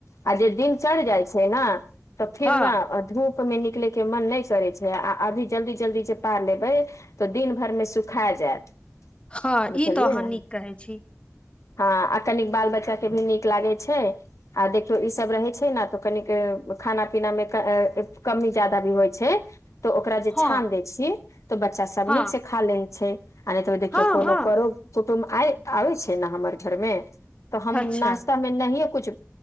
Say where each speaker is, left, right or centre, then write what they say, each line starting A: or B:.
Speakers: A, on the left (about 80°); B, on the left (about 20°).
A: आ जे दिन चढ़ जाय छै ने तऽ फिर
B: हँ
A: ने धूप में निकलै के मन नै छै करै छै आ अभी जल्दी जल्दी जे पार लेबै तऽ दिन भरमे सुखा जायत
B: हँ
A: बतलियै
B: ई तऽ अहाँ नीक
A: न
B: कहै छी
A: हँ आ कनी बाल बच्चा के भी नीक लागै छै आ देखियौ ई सब रहै छै ने तऽ कनिक खाना पीनामे कमी जादा भी होइ छै तऽ ओकरा जे
B: हँ
A: छान देै छी त बच्चा सब
B: हँ
A: नीक से खा लै छै आ नै तऽ देखियौ
B: हँ
A: कोनो
B: हँ
A: करो कुटुम्ब आ आबै छै ने हमर घरमे तऽ हम
B: अच्छा
A: नाश्ता मे नहिए कुछ